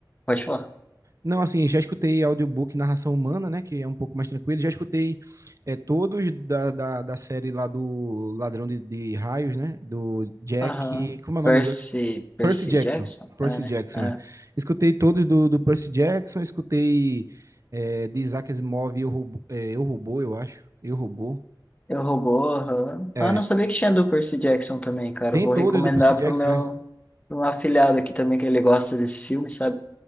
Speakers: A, on the left; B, on the right.
A: Pode falar.
B: Não, assim, já escutei audiobook Narração Humana, né? Que é um pouco mais tranquilo. Já escutei é, todos da, da, da série lá do Ladrão de, de Raios, né? Do Jack.
A: Aham.
B: Como é o nome?
A: Percy. Percy
B: Percy Jackson.
A: Jackson?
B: Percy
A: Ah, né?
B: Jackson,
A: Ah.
B: né? Escutei todos do, do Percy Jackson, escutei é, de Isaac Asimov, Eu Robô, é, Eu Robô, eu acho. Eu Robô.
A: Eu roubou, aham.
B: É,
A: Ah, não sabia que tinha do Percy Jackson também, cara.
B: tem
A: Eu Vou
B: todos
A: recomendar
B: do Percy Jackson,
A: pro meu.
B: né?
A: pro meu afilhado aqui também, que ele gosta desse filme, sabe?